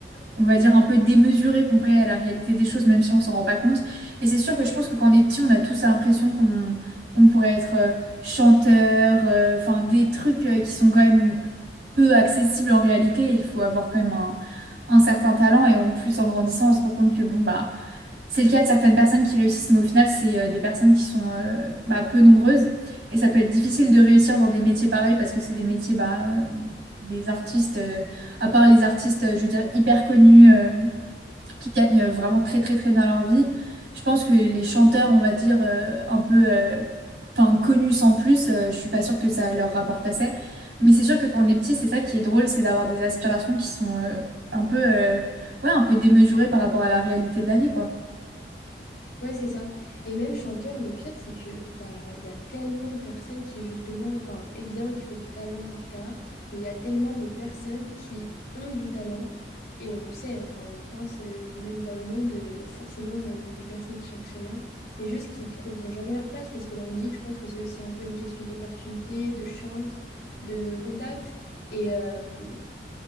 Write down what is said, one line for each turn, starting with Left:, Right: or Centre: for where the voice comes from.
Right: on va dire, un peu démesurées comparées à la réalité des choses, même si on s'en rend pas compte. Et c'est sûr que je pense que quand on est petit, on a tous l'impression qu'on qu'on pourrait être euh, chanteur, euh, enfin, des trucs euh, qui sont quand même peu accessible en réalité. Il faut avoir quand même un, un certain talent et en plus en grandissant, on se rend compte que bon bah c'est le cas de certaines personnes qui réussissent, mais au final c'est euh, des personnes qui sont euh, bah, peu nombreuses et ça peut être difficile de réussir dans des métiers pareils parce que c'est des métiers bah, des artistes, euh, à part les artistes, euh, je veux dire hyper connus. euh, qui gagnent euh, vraiment très très très bien leur vie. Je pense que les chanteurs, on va dire, euh, un peu euh, enfin, connus sans plus, euh, je suis pas sûre que ça leur rapporte assez. Mais c'est sûr que quand on est petit, c'est ça qui est drôle, c'est d'avoir des aspirations qui sont euh, un peu, euh, ouais, un peu démesurées par rapport à la réalité de la vie, quoi.
Left: Ouais, c'est ça. Et même chanteur, le pire, c'est que bah il y a tellement de personnes qui justement, enfin évidemment qu'il faut du talent, etc. Mais il y a tellement de personnes qui ont du talent et on le sait, hein, enfin en France euh, ou même dans le monde, euh, il y a forcément euh, des personnes qui chantent très bien, mais juste qui trouveront jamais leur place parce que la musique, je pense que c'est aussi un peu une question d'opportunité, de chance, de contact. Et, euh,